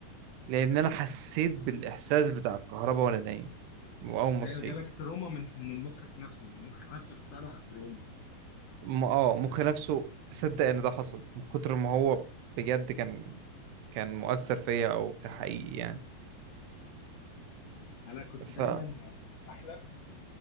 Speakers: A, on the right; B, on the left.
A: لأن أنا حسيت بالإحساس بتاع الكهرباء وأنا نايم وأول ما
B: ايوه
A: صحيت
B: جالك تروما من من مخك نفسه مخك نفسه اخترع تروما
A: م- آه مخي نفسه صدق إن ده حصل من كتر ما هو بجد كان كان مؤثر فيا أو كحقيقي يعني
B: انا كنت
A: ف
B: دايما احلم